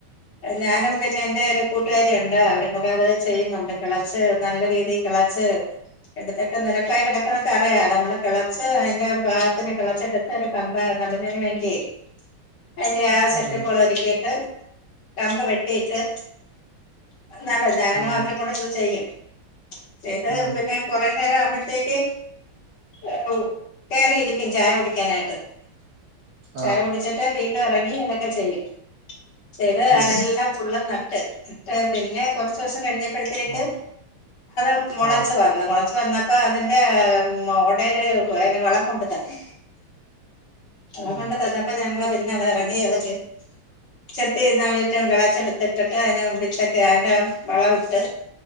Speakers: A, on the left; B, on the right.
A: ഞാനും പിന്നെ എൻ്റെ ഒരു കൂട്ടുകാരി ഒണ്ട് അവരും കൂടെ അത് ചെയ്യുന്നൊണ്ട് കെളച്ച് നല്ല രീതി കെളച്ച് എടുത്തിട്ട് നെരപ്പായി കെടക്കുന്ന തറയാ നമ്മള് കെളച്ച് ട്ട് അയ്ന്റെ പാകത്തിന് കെളച്ചെടുത്ത് ഒരു കമ്പ് നടുന്നയ്ന് വേണ്ടിയെ അതിന്റെ ആ സെറ്റപ്പൊള്
B: ഉം
A: ഒരുക്കിയിട്ട് കമ്പ് വെട്ടീട്ട് നല്ല ഞാനും
B: ഉം
A: അവനും കൂടെര്ന്ന് ചെയ്യുംം ചെയ്ത്
B: ഉം
A: പിന്നെ കൊറേനേരം ആമ്പഴത്തേക്ക് ഏഹ് പോവും കേറി ഇരിക്കും ചായ കുടിക്കാനായിട്ട് ചായ
B: ആ
A: കുടിച്ചിട്ട് വീ ട്ടെറങ്ങി ഇതക്കെ ചെയ്യും ചെയ്ത്
B: ചെയ്യും
A: എല്ലാം ഫുള്ളും നന ട്ട് നട്ട് പിന്നെ കൊറച്ചോസം കഴിഞ്ഞപ്പോഴത്തേക്ക്
B: ആ
A: അത് മൊളച്ച്
B: ആ
A: വന്നു മൊളച്ച് വന്നപ്പോ അതിന്റെ മോടെ <unintelligible> ഒരു പോയന് വളം കൊണ്ടു തന്നു വളം
B: ഉം
A: കൊണ്ടു തന്നപ്പോ അപ്പൊ ഞങ്ങള് പിന്നതെറങ്ങീ അതൊക്കെ ചെത്തി നാലറ്റോം കെളച്ചെടുത്തിട്ടിട്ട് അതിനെ വിത്തൊക്കെ അതിന്റെ വളം ഇട്ട്